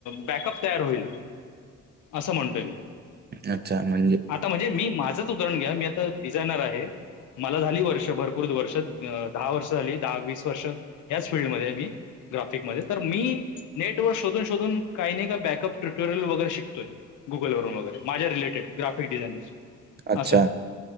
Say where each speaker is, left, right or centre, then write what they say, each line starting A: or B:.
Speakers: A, on the left; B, on the right.
A: बॅकअप तयार होईल. असं म्हणतोय मी,
B: अच्छा म्हणजे
A: आता म्हणजे मी माझं च उदाहरण घ्या. मी आता डिझायनर आहे. मला झाली वर्ष भरपूर वर्ष. अ दहा वर्ष झाली. दहा वीस वर्ष. ह्याच फीलल्डमध्ये आहे. मी ग्राफिकमध्ये. तर मी नेट वर शोधून- शोधून काही नाही का बॅकअप ट्युटोरियल वगैरे शिकतोय. गुगल वरून वगैरे. माझ्या रिलेटेड. ग्राफिक डिझाईन असं.
B: अच्छा
A: असय.